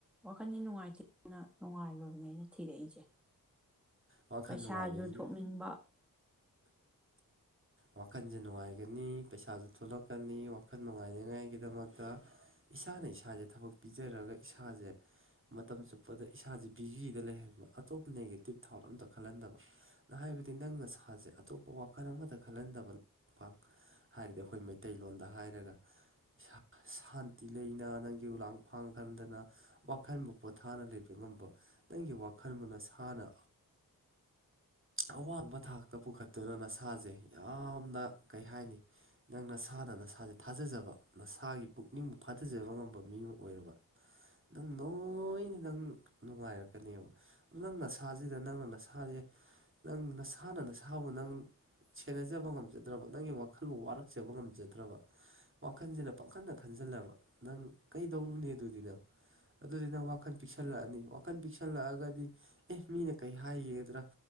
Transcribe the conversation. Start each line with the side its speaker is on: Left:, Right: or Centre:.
Centre: ꯋꯥꯈꯟꯗꯤ ꯅꯨꯡꯉꯥꯏ-ꯊꯤꯅ ꯅꯨꯡꯉꯥꯏꯕꯝꯅꯦ ꯑꯩꯅ ꯊꯤꯔꯛꯏꯁꯦ
Right: ꯋꯥꯈꯜ
Centre: ꯄꯩꯁꯥꯁꯨ
Right: ꯅꯨꯡꯉꯥꯏꯒꯅꯤ
Centre: ꯊꯣꯛꯅꯤꯡꯕ
Right: ꯋꯥꯈꯜꯁꯦ ꯅꯨꯡꯉꯥꯏꯒꯅꯤ ꯄꯩꯁꯥꯁꯨ ꯊꯣꯛꯂꯛꯀꯅꯤ ꯋꯥꯈꯜ ꯅꯨꯡꯉꯥꯏꯅꯤꯉꯥꯏꯒꯤꯗꯃꯛꯇ ꯏꯁꯥꯅ ꯏꯁꯥꯁꯦ ꯊꯕꯛ ꯄꯤꯖꯔꯒ ꯏꯁꯥꯁꯦ ꯃꯇꯝ ꯆꯨꯞꯄꯗ ꯏꯁꯥꯥꯁꯦ ꯕꯤꯖꯤꯗ ꯂꯩꯍꯟꯕ ꯑꯇꯣꯞꯄ ꯅꯦꯒꯦꯇꯤꯞ ꯊꯥꯎꯠ ꯑꯝꯇ ꯈꯜꯍꯟꯗꯕ ꯅ ꯍꯥꯏꯕꯗꯤ ꯅꯪꯅ ꯅꯁꯥꯁꯦ ꯑꯇꯣꯞꯄ ꯋꯥꯈꯜ ꯑꯃꯇ ꯈꯜꯍꯟꯗꯕ ꯥꯕ ꯍꯥꯏꯔꯗꯤ ꯑꯩꯈꯣꯏ ꯃꯩꯇꯩꯂꯣꯟꯗ ꯍꯥꯏꯔꯒ ꯁꯥ ꯁꯥꯟ ꯇꯤ ꯂꯩꯅ ꯅꯪꯒꯤ ꯎ ꯂꯥꯡ ꯐꯥꯡ ꯈꯟꯗꯅ ꯋꯥꯈꯟꯕꯨ ꯄꯣꯊꯥꯅ ꯂꯩꯕ ꯉꯝꯕ ꯅꯪꯒꯤ ꯋꯥ ꯈꯟꯕ ꯅꯁꯥꯅ ꯑꯋꯥꯡꯕ ꯊꯥꯛꯇ ꯄꯨꯈꯠꯇꯨꯅ ꯅꯁꯥꯁꯦ ꯌꯥꯝꯅ ꯀꯩ ꯍꯥꯏꯅꯤ ꯅꯪ ꯅꯁꯥꯅ ꯅꯁꯥꯁꯦ ꯊꯥꯖꯖꯕ ꯅꯁꯥꯒꯤ ꯄꯨꯛꯅꯤꯡꯕꯨ ꯐꯥꯊꯖꯕ ꯉꯝꯕ ꯃꯤ ꯑꯃ ꯑꯣꯏꯔꯕ ꯅꯪ ꯂꯣꯏꯅ ꯅꯪ ꯅꯨꯡꯉꯥꯏꯔꯛꯀꯅꯦꯕ ꯑꯗꯨ ꯅꯪ ꯅꯁꯥꯁꯤꯗ ꯅꯪꯅ ꯅꯁꯥꯁꯦ ꯅꯪ ꯅꯁꯥꯅ ꯅꯁꯥꯕꯨ ꯅꯪ ꯁꯦꯟꯅꯖꯕ ꯉꯝꯖꯗ꯭ꯔꯕ ꯅꯪꯒꯤ ꯋꯥꯈꯟꯕꯨ ꯋꯥꯔꯛꯆꯕ ꯉꯝꯖꯗ꯭ꯔꯕ ꯋꯥ ꯈꯟꯁꯤꯅ ꯄꯡꯈꯟꯅ ꯈꯟꯖꯜꯂꯕ ꯅꯪ ꯀꯩꯗꯧꯔꯨꯅꯤ ꯑꯗꯨꯗꯤ ꯅꯪ ꯑꯗꯨꯗꯤ ꯅꯪ ꯋꯥꯈꯜ ꯄꯤꯛꯁꯜꯂꯛꯑꯅꯤ ꯋꯥꯈꯜ ꯄꯤꯛꯁꯜꯂꯛ ꯑꯒꯗꯤ ꯑꯦ ꯃꯤꯅ ꯀꯩ ꯍꯥꯏꯒꯤꯒꯗ꯭ꯔꯥ